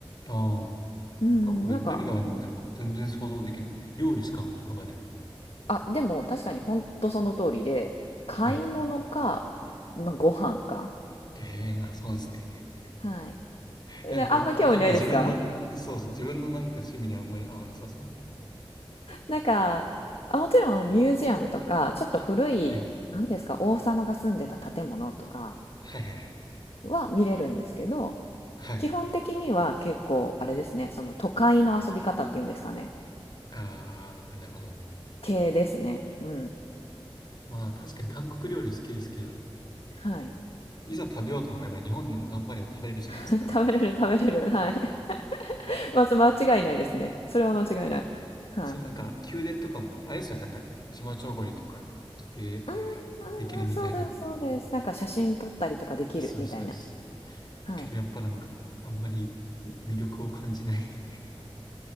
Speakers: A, on the left (about 50°); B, on the left (about 75°).
A: あー、
B: うん、
A: 韓国で何があるのか全全然想像できない。
B: なんか、
A: 料理しか思い浮かばない。
B: あ、でも確かに本当その通りで、買い物か、
A: はい。
B: まあ、ご飯か。
A: ええー、あそうですね。
B: はい。であんま興味ないですか
A: なんか、わかんない。自分の、そうそう、自分のなんか趣味にはあんまり合わなさそう。
B: な <laughs> んか、あ、もちろんミュージアムとか、ちょっと古い、
A: はい。
B: 何ですか、王様が住んでた建物とか
A: はいはいはい。
B: は見れるんですけど、
A: はい。
B: 基本的には結構、あれですね、その都会の遊び方っていうんですかね、
A: ああ、なるほど。
B: 系ですね。うん。
A: まあ、確かに韓国料理好きですけど、
B: はい。
A: いざ食べようと思えば日本でも頑張れば食べれるじゃないですか。
B: <laughs> 食べれる、食べれる。はい。<laughs> まず間違いないですね。それは間違いない。はい。
A: そのなんか、宮殿とかも、あれですよね、なんか、チマチョゴリとか着て
B: うんうんうん、
A: できるみたいなのも、
B: そうです、そうです。なんか写真撮ったりとかできるみたいな。
A: それそうです。だけどやっぱなんか、
B: はい。
A: あんまり魅力を感じない <laughs>